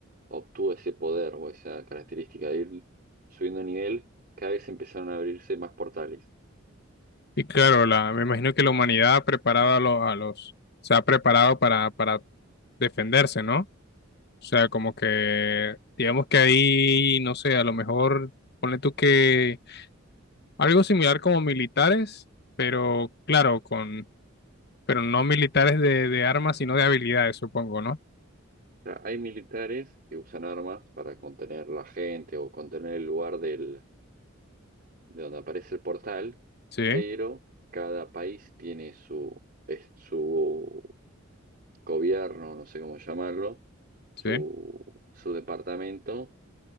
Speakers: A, on the right (about 50°); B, on the left (about 55°).
A: obtuvo ese poder o esa característica de ir subiendo nivel, cada vez empezaron a abrirse más portales.
B: Y claro, la, me imagino que la humanidad ha preparado a, lo- a los, se ha preparado para, para defenderse, ¿no? O sea, como que, digamos que ahí, no sé, a lo mejor, ponle tú que algo similar como militares, pero claro, con, pero no militares de, de armas, sino de habilidades, supongo, ¿no?
A: O sea, hay militares que usan armas para contener la gente o contener el lugar del de donde aparece el portal,
B: Sí,
A: pero cada país tiene su, es- su gobierno, no sé cómo llamarlo,
B: sí,
A: su, su departamento,